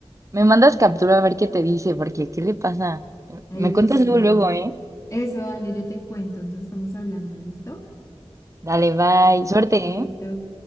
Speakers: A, on the right; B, on the left.
A: me mandas captura a ver qué te dice, porque ¿qué le pasa?
B: Ay,
A: Me
B: oye,
A: cuentas
B: sí,
A: luego, luego, ¿eh?
B: eso, dale, yo te cuento, entonces estamos hablando, ¿listo?
A: Dale, bye.
B: Bueno,
A: Suerte, ¿eh?
B: chaito.